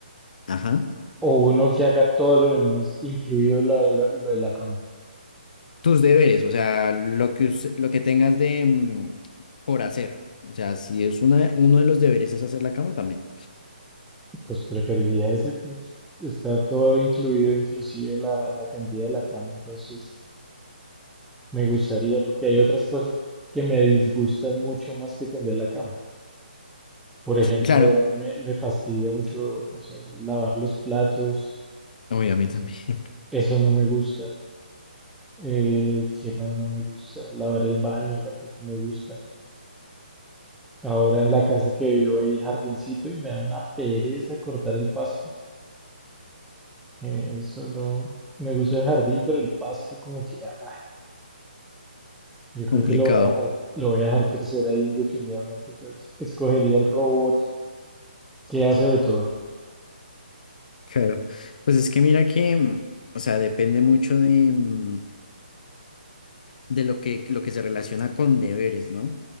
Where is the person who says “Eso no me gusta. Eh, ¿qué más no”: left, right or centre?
Centre